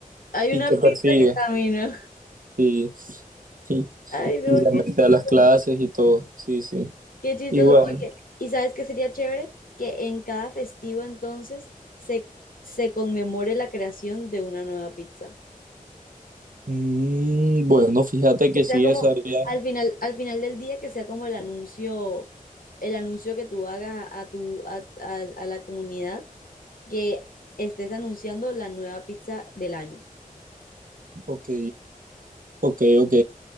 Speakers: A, on the left; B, on the right.
A: Hay
B: y
A: una
B: te
A: pista
B: persigue.
A: que camina.
B: Sí, sí.
A: Ay, no,
B: Y se
A: qué
B: mete
A: chistoso.
B: a las clases y todo. Sí, sí.
A: Qué chistoso.
B: Y bueno.
A: Oye, ¿y sabes qué sería chévere? Que en cada festivo entonces se, se conmemore la creación de una nueva pizza.
B: Mm, bueno, fíjate que
A: Que
B: sí,
A: sea como
B: esa área.
A: al final, al final del día, que sea como el anuncio, el anuncio que tú hagas a, a tu, a, a- a la comunidad, que estés anunciando la nueva pizza del año.
B: Ok, ok, ok.